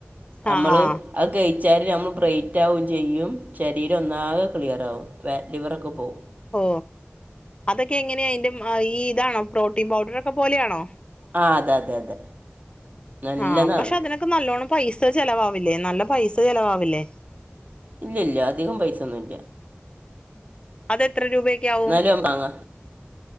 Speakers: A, on the right (about 40°); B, on the left (about 25°).
A: നമ്മള്
B: ആ ആ
A: അത് കഴിച്ചാൽ നമ്മൾ ബ്രേറ്റ് ആകും ചെയ്യും ശരീരം ഒന്നാകെ ക്ലിയറാകും ഫാറ്റ് ലിവറൊക്കെ പോകും
B: ഓ അതൊക്കെ എങ്ങനെയ അതിന്റ ഈ ഇതാണോ പ്രോട്ടീൻ പൗഡറൊക്കെ പോലെയാണോ
A: ആഹ് അതെ അതെ അതെ നല്ലതാണ്
B: ആഹ് പക്ഷെ അതിനൊക്കെ നല്ലോണ്ണം പൈസ ചെലവാവില്ലേ നല്ല പൈസ ചെലവാവില്ലേ
A: ഇല്ല ഇല്ല അധികം പൈസ ഒന്നുംല്ല
B: അത് എത്ര രൂപയക്ക ആകും
A: ന്നാലും വാങ്ങാ